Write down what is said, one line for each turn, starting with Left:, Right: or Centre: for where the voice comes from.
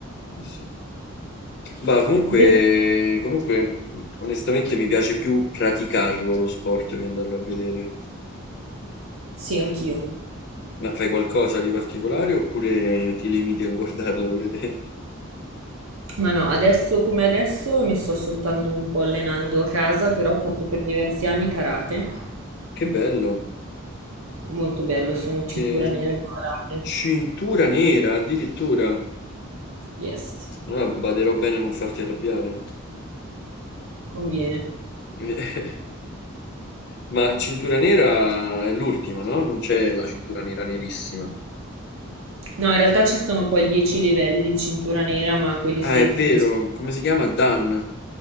Left: eh sì. Bah, comunque,
Right: Inve-
Left: comunque, mh, onestamente mi piace più praticarlo lo sport che andarlo a vedere.
Right: Sì, anch'io.
Left: Ma fai qualcosa di particolare oppure ti limiti a guardarlo pure te?
Right: Ma no, adesso come adesso mi sto soltanto un po' allenando a casa, però ho fatto per diversi anni karate.
Left: Che bello,
Right: Molto bello, sono
Left: che
Right: cintura nera di karate.
Left: cintura nera addirittura.
Right: Yes,
Left: Allora, baderò bene a non farti arrabbiare.
Right: conviene.
Left: <laughs> Ma Cintura Nera è l'ultima, no? Non c'è la Cintura Nera nerissima.
Right: No, in realtà ci sono poi 10 livelli di cintura nera, ma quelli
Left: Ah,
Right: si
Left: è
Right: acquisiscono
Left: vero, come si chiama? Dan.